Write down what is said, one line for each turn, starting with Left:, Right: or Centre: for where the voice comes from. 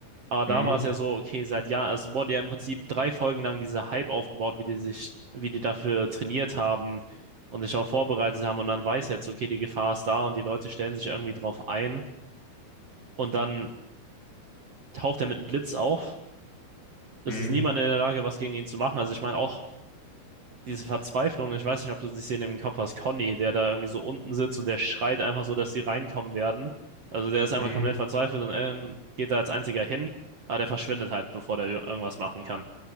Right: Aber
Left: mhm,
Right: da war es ja so, okay, seit Jahren, es wurde ja im Prinzip drei Folgen lang dieser Hype aufgebaut, wie die sich, wie die dafür trainiert haben und sich auch vorbereitet haben. Und man weiß jetzt, okay, die Gefahr ist da und die Leute stellen sich irgendwie drauf ein. Und dann taucht er mit einem Blitz auf.
Left: mhm,
Right: Es ist niemand in der Lage, was gegen ihn zu machen. Also ich meine, auch diese Verzweiflung, ich weiß nicht, ob du die Szene im Kopf hast, Conny, der da irgendwie so unten sitzt und der schreit einfach so, dass die reinkommen werden. Also der ist einfach
Left: mhm,
Right: komplett verzweifelt und Aaron geht da als einziger hin, aber der verschwindet halt, bevor der irgendwas machen kann.